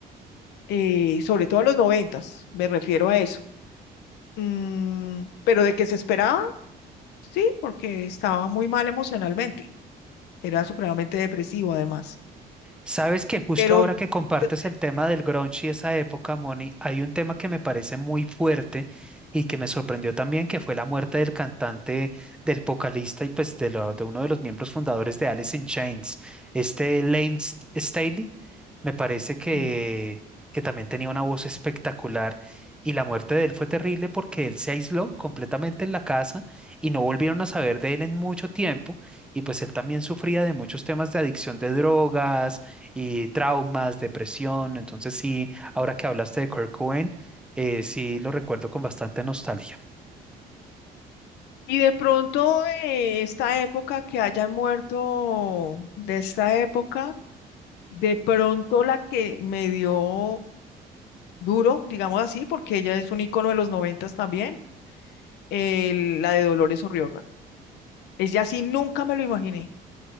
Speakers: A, on the left; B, in the centre.
A: eh, sobre todo en los noventas, me refiero a eso. Mm, pero de que se esperaba, Sí, porque estaba muy mal emocionalmente. Era supremamente depresivo, además.
B: Sabes que justo
A: Pero
B: ahora
A: yo
B: que compartes
A: te diría
B: el tema
A: que
B: del grunge y esa época, Moni, hay un tema que me parece muy fuerte y que me sorprendió también, que fue la muerte del cantante, del vocalista y pues de, lo- de uno de los miembros fundadores de Alice in Chains, este Lane S- Staley, me parece que,
A: sí.
B: que también tenía una voz espectacular y la muerte de él fue terrible porque él se aisló completamente en la casa y no volvieron a saber de él en mucho tiempo y pues él también sufría de muchos temas de adicción de drogas y traumas, depresión. Entonces sí, ahora que hablaste de Kurt Cobain, eh, sí lo recuerdo con bastante nostalgia.
A: Y de pronto, eh, esta época que hayan muerto, de esta época, de pronto la que me dio duro, digamos así, porque ella es un ícono de los noventas también, el- la de Dolores O'Riordan. Ella sí nunca me lo imaginé.